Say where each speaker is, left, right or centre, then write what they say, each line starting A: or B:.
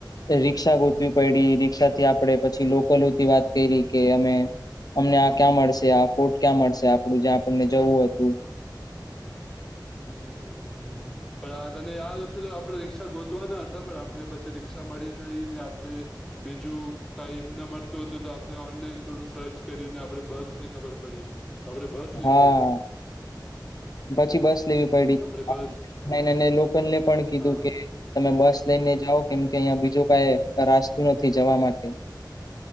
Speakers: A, on the left; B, in the centre.
A: રિક્ષા ગોતવી પડી રિક્ષા થી આપડે પછી લોકલોથી વાત કરી કે અમે અમને આ ક્યાં મળશે આ ફોર્ટ ક્યાં મળશે આપણું જ્યાં આપણને જવું હતું
B: હમ હમ હમ હમ હમ પણ તને આ વતે તો આપણે રિક્ષા ગોતવાના હતા પણ આપણે પછી રીક્ષા મળી નહી ને આપણે બીજું કાઈ એમને મળતું હતું તો આપડણે ઓનલાઈન થોડું સર્ચ કર્યું ને આપડે બસ ની ખબર પડી તો આપણે બસ લીધી
A: હા
B: હતી
A: પછી બસ
B: હમ
A: લેવી પડી
B: આપડે બસ
A: લોકલ ને પણ કીધું
B: હા
A: કે તમે બસ લઈને જાઓ કેમ કે અહિયાં બીજું કઈ રાસ્તું નથી જવા માટે